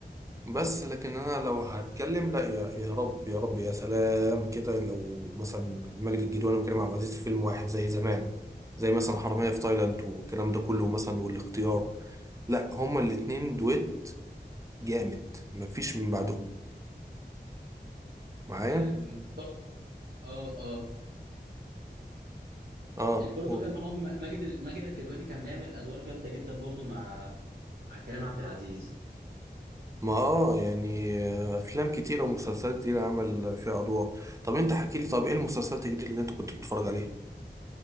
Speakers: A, on the right; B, on the right.
A: بس لكن انا لو هتكلم لا يا يا رب يا رب يا سلام كده لو مثلا مجدي الجدواني وكريم عبد العزيز في فيلم واحد زي زمان زي مثلا حرامية في تايلاند والكلام ده كله مثلا والاختيار لا هما الاتنين دويت جامد مفيش من بعدهم معايا
B: أم، برضه اه اه
A: اه
B: برضه
A: قول
B: كان معاهم ماجد ماجد الكدواني كان بيعمل ادوار جامده جدا برضه مع مع كريم عبد العزيز
A: ما اه يعني آه، افلام كتيرة ومسلسلات كتيرة عمل فيها ادوار طب انت حكيلي طب ايه المسلسلات الجديدة اللي انت كنت بتتفرج عليها